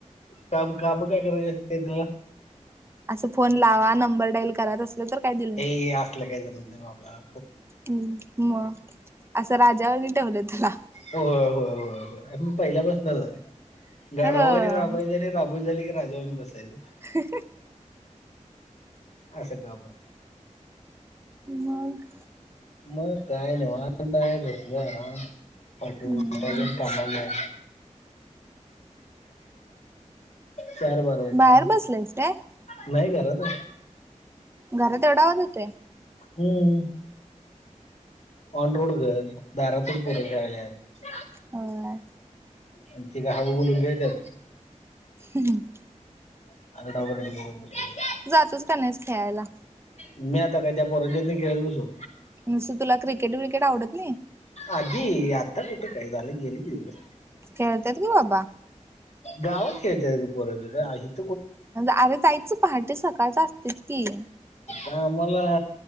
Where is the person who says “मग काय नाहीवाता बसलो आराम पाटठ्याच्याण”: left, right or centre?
Left